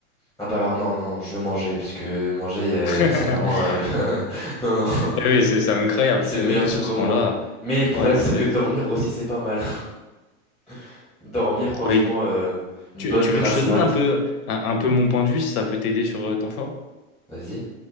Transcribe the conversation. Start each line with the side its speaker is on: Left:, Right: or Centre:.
Centre: Ah bah alors non, non, je veux manger, parce que manger, euh,
Left: <laughs>
Centre: c'est vraiment... euh, <laughs> Non, non,
Left: Eh Oui, c'est c'est incroyable.
Centre: <laughs> c'est
Left: C'est
Centre: le meilleur
Left: vrai que
Centre: truc
Left: sur ce
Centre: au monde.
Left: point-là,
Centre: Mais le problème,
Left: ouais, c'est
Centre: c'est
Left: vrai
Centre: que dormir
Left: que.
Centre: aussi, c'est pas mal. <laughs> Dormir, franchement,
Left: Bah, écou-
Centre: euh, une
Left: tu,
Centre: bonne
Left: tu
Centre: grasse
Left: veux que je te donne
Centre: mat.
Left: un peu, un, un peu mon point de vue, si ça peut t'aider sur euh, ton choix?
Centre: Vas-y.